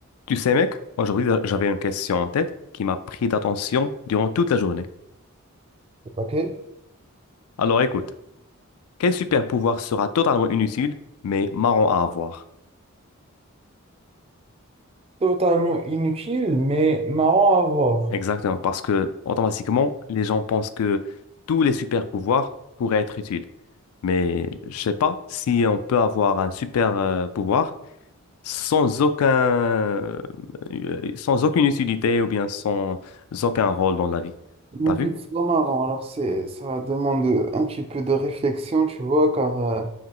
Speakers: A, on the left; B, on the right.
A: Tu sais, mec, aujourd'hui, euh, j'avais une question en tête qui m'a pris d'attention durant toute la journée.
B: Ok,
A: Alors écoute, quel super pouvoir sera totalement inutile, mais marrant à avoir?
B: totalement inutile, mais marrant à voir.
A: Exactement, parce que automatiquement, les gens pensent que tous les super pouvoirs pourraient être utiles. Mais je sais pas si on peut avoir un super euh, pouvoir sans aucun, euh, sans aucune utilité ou bien sans aucun rôle dans la vie.
B: Inutile,
A: T'as vu?
B: c'est pas marrant. Alors, c'est, ça demande un petit peu de réflexion, tu vois, car euh,